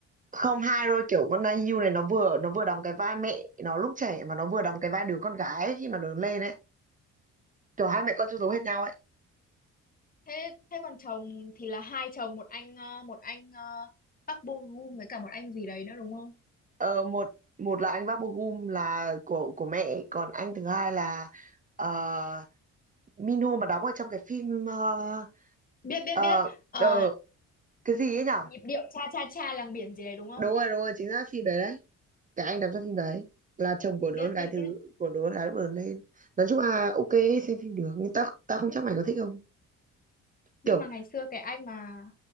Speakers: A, on the right; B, on the left.
A: không hai rồi kiểu con IU này nó vừa nó vừa đóng cái vai mẹ nó lúc trẻ mà nó vừa đóng cái vai đứa con gái ấy, khi mà lớn lên ấy kiểu hai mẹ con chung giống hết nhau ấy
B: thế thế còn chồng thì là hai chồng một anh ờ, một anh ờ, Park Bo Gum với cả một anh gì đấy nữa đúng không
A: Ờ, một một là anh Bác Gum là của của mẹ còn anh thứ hai là ờ, Minho mà đóng ở trong cái phim ờ,
B: biết biết
A: ờ,
B: biết Ờ,
A: ờ, cái gì ấy nhở
B: nhịp điệu cha cha cha làng biển gì đấy đúng không
A: đúng rồi đúng rồi chính xác phim đấy đấy cái anh đóng trong phim đấy là chồng của đứa
B: biết
A: con gái
B: biết
A: thứ
B: biết
A: của đứa con gái lúc lớn lên nói chung là ok xem phim được nhưng ta ta không chắc mày có thích không
B: nhưng
A: kiểu
B: mà ngày xưa cái anh mà